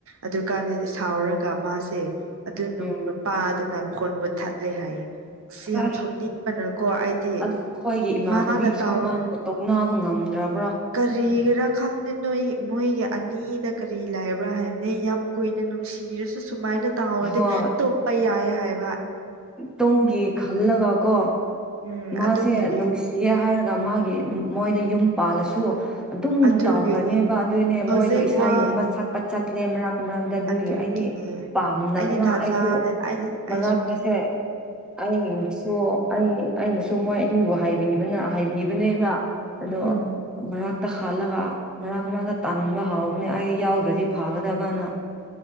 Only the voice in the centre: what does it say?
ꯎꯝ
ꯑꯁ
ꯑꯗꯨ ꯑꯩꯈꯣꯏꯒꯤ ꯏꯃꯥꯟꯅꯕꯤꯁꯨ
ꯃꯥꯕꯨ ꯇꯣꯛꯅꯕ ꯉꯝꯗ꯭ꯔꯕ
ꯍꯣꯏ
ꯇꯣꯡꯒꯦ ꯈꯜꯂꯒ ꯀꯣ
ꯃꯥꯁꯦ
ꯅꯨꯡ ꯁꯤꯒꯦ ꯍꯥꯏꯔꯒ ꯃꯥꯒꯤ ꯃꯣꯏꯗ ꯌꯨꯝ ꯄꯥꯜꯂꯁꯨ ꯑꯗꯨꯝ
ꯇꯧꯈ꯭ꯔꯅꯦꯕ ꯑꯗꯨꯏꯅꯦ
ꯃꯣꯏꯗꯣ ꯏꯁꯩꯒꯨꯝꯕ
ꯁꯛꯄ ꯆꯠꯇ꯭ꯔꯦ ꯃꯔꯛꯀ ꯃꯔꯥꯡꯛꯇ ꯑꯗꯨꯏꯒꯤ
ꯑꯩꯗꯤ ꯄꯥꯝꯗꯕꯅ
ꯑꯩꯁꯨ
ꯃ
ꯀꯩꯁꯦ <inaudible> ꯑꯩꯁꯨ ꯑꯩ ꯑꯩꯅꯁꯨ ꯃꯣꯏ ꯑꯅꯤꯕꯨꯕ ꯍꯥꯏꯕꯤꯕꯅꯦꯕ ꯑꯗꯣ
ꯃꯍꯥꯛ ꯇꯛ ꯈꯜꯂꯒ ꯃꯔꯛ ꯃꯔꯛꯀ ꯇꯟꯕ ꯍꯥꯎꯕꯅꯤ ꯑꯩ ꯌꯥꯎꯗ꯭ꯔꯗꯤ ꯐꯒꯗꯕꯅ